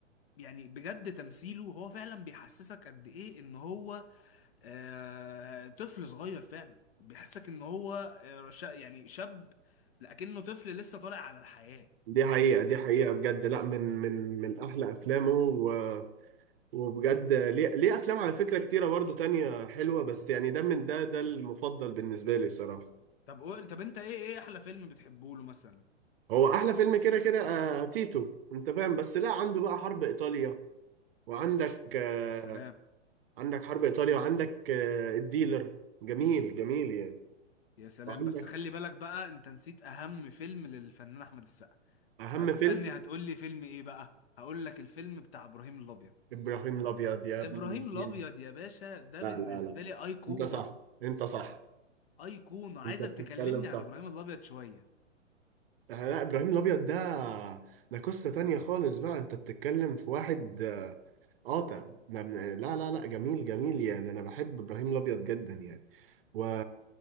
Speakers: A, on the left; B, on the right.
A: يعني بجد تمثيله هو فعلا بيحسسك قد ايه ان هو آه... طفل صغير فعلا بيحسسك ان هو آه، ش... يعني شاب لكنه طفل لسه طالع على الحياه
B: دي حقيقة دي حقيقة بجد لا من من من أحلى أفلامه و... وبجد ليه ليه أفلام على فكرة كتيرة برضو تانية حلوة بس يعني ده من ده ده المفضل بالنسبة لي صراحة
A: طب قول طب انت ايه ايه احلى فيلم بتحبه له مثلا
B: هو احلى فيلم كده كده آه تيتو انت فاهم بس لا عنده بقى حرب ايطاليا وعندك آه
A: يا سلام
B: عندك حرب ايطاليا وعندك آه الديلر جميل جميل يعني
A: يا سلام
B: وعندك
A: بس خلي بالك بقى انت نسيت اهم فيلم للفنان احمد السقا
B: اهم
A: هتسألني
B: فيلم
A: هتقول لي فيلم ايه بقى هقول لك الفيلم بتاع ابراهيم الابيض
B: ابراهيم الابيض يا ابن
A: ابراهيم
B: الذين
A: الابيض يا باشا ده
B: لا
A: بالنسبة
B: لا لا
A: لي ايقونة
B: انت صح انت صح
A: ايقونة عايزك
B: انت بتتكلم
A: تكلمني
B: صح
A: عن ابراهيم الابيض شوية
B: آه لا ابراهيم الابيض ده ده قصة تانية خالص بقى انت بتتكلم في واحد آه، قاطع لا من- لا لا لا، جميل جميل يعني انا بحب ابراهيم الابيض جدا يعني و